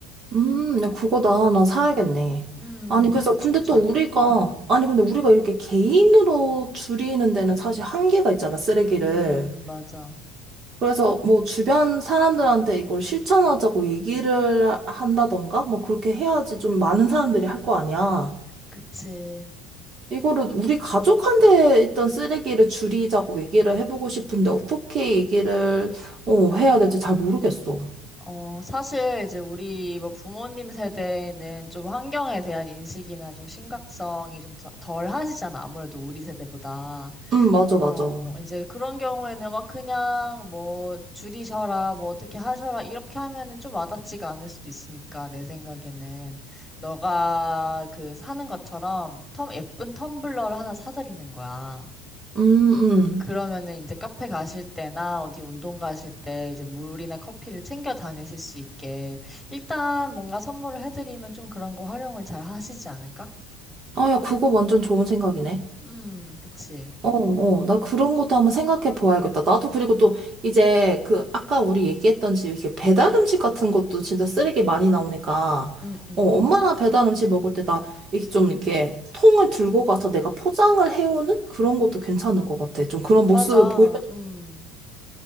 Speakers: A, on the right; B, in the centre.
A: 음, 나 그거 나, 나 사야겠네.
B: 음,
A: 아니,
B: 음, 진짜
A: 그래서,
B: 추천.
A: 근데 또 우리가,
B: 음,
A: 아니, 근데 우리가 이렇게 개인으로 줄이는 데는 사실 한계가 있잖아, 쓰레기를.
B: 음, 맞아.
A: 그래서 뭐 주변 사람들한테 이걸 실천하자고 얘기를 한다던가, 뭐 그렇게 해야지 좀 많은 사람들이 할 거 아니야.
B: 그치.
A: 이거를 우리 가족한테 있던 쓰레기를 줄이자고 얘기를 해보고 싶은데, 어떻게 얘기를, 어, 해야 될지 잘 모르겠어.
B: 어, 사실 이제 우리 뭐 부모님 세대는 좀 환경에 대한 인식이나 좀 심각성이 좀 덜 하시잖아. 아무래도 우리 세대보다.
A: 음, 맞아, 맞아.
B: 어, 이제 그런 경우에는 막 그냥 뭐 줄이셔라, 뭐 어떻게 하셔라, 이렇게 하면은 좀 와닿지가 않을 수도 있으니까, 내 생각에는. 너가 그 사는 것처럼 텀, 예쁜 텀블러를 하나 사드리는 거야.
A: 음, 음.
B: 그러면은 이제 카페 가실 때나 어디 운동 가실 때 이제 물이나 커피를 챙겨 다니실 수 있게 일단 뭔가 선물을 해드리면 좀 그런 거 활용을 잘 하시지 않을까?
A: 아, 야, 그거 완전 좋은 생각이네.
B: 음, 그치.
A: 어, 어, 나 그런 것도 한번 생각해 보아야겠다. 나도 그리고 또 이제 그 아까 우리 얘기했던지 이렇게 배달 음식 같은 것도 진짜 쓰레기 많이 나오니까
B: 음, 음.
A: 어, 엄마랑 배달 음식 먹을 때 나 이렇게 좀 이렇게 통을 들고 가서 내가 포장을 해오는 그런 것도 괜찮을 것 같아. 좀 그런
B: 맞아.
A: 모습을 보여.
B: 음,